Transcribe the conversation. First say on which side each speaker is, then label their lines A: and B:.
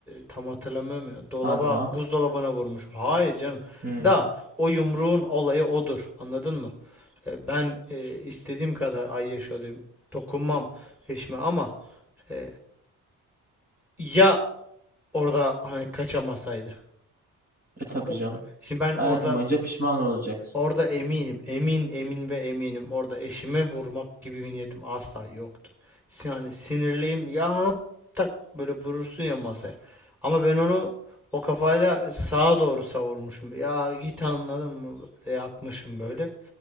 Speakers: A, in the centre; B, on the right.
A: tam hatırlamıyorum ya dolaba
B: Hanıma.
A: buzdolabına vurmuş. Hayır canım
B: Hmm.
A: da o yumruğun olayı odur anladın mı? E, ben e, istediğim kadar ay yaş olayım dokunmam eşime ama e, ya orada hani kaçamasaydı.
B: E tabii
A: O,
B: canım.
A: şimdi ben
B: Hayatım
A: orada
B: boyunca pişman olacaksın.
A: Orada eminim, emin emin ve eminim. Orada eşime vurmak gibi bir niyetim asla yoktu. Si- Yani sinirliyim ya tak böyle vurursun ya masaya. Ama ben onu o kafayla sağa doğru savurmuşum. Ya git anladın mı? E, Yapmışım böyle.